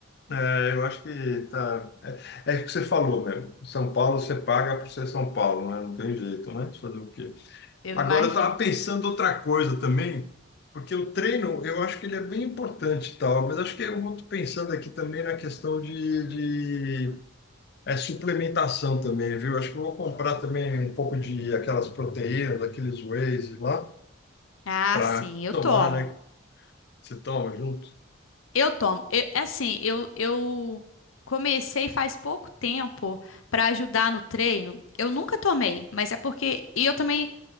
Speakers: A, on the left (about 50°); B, on the left (about 80°).
A: é, eu acho que tá. É, é o que você falou mesmo. São Paulo você paga por ser São Paulo, né? Não tem jeito, né? Deixa eu Fazer o quê?
B: Eu
A: Agora
B: imagino.
A: eu estava pensando outra coisa também, porque o treino eu acho que ele é bem importante e tal, mas acho que eu vou pensando aqui também na questão de, É suplementação também, viu? Acho que eu vou comprar também um pouco de aquelas proteínas, aqueles wheys lá,
B: Ah,
A: para
B: sim, eu
A: tomar,
B: tomo.
A: né? Você toma junto.
B: Eu tomo. Eu- é assim, eu, eu comecei faz pouco tempo para ajudar no treino. Eu nunca tomei, mas é porque. E eu também.